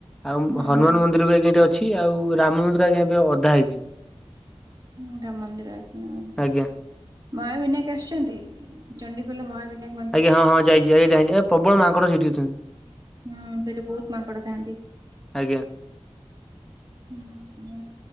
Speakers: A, on the right (about 40°); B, in the centre.
A: ହୁଁ
B: ଆଉ ହନୁମାନ
A: ହୁଁ ହୁଁ
B: ମନ୍ଦିର ବି ଆଜ୍ଞା ଏଠି <unintelligible> ଛି ଆଉ ରାମ ମନ୍ଦିର ଆଜ୍ଞା ଏବେ ଅଧା ହେଇଚି।
A: ହୁଁ ରାମ୍ ମନ୍ଦିର ଆଜ୍ଞା।
B: ଆଜ୍ଞା
A: ମହାବିନାୟକ୍ ଆସ୍ଛନ୍ତି ଚଣ୍ଡିଖୋଲ ମହାବିନା
B: ଆଜ୍ଞା ହଁ-ହଁ ଯାଇଛି <unintelligible> ଏ ପ୍ରବଳ ମାଙ୍କଡ ସେଠି ଅଛନ୍ତି।
A: ହୁଁ ସେଠି ବହୁତ୍ ମାଙ୍କଡ ଥାଆନ୍ତି।
B: ଆଜ୍ଞା।
A: ଉଁ ହୁଁ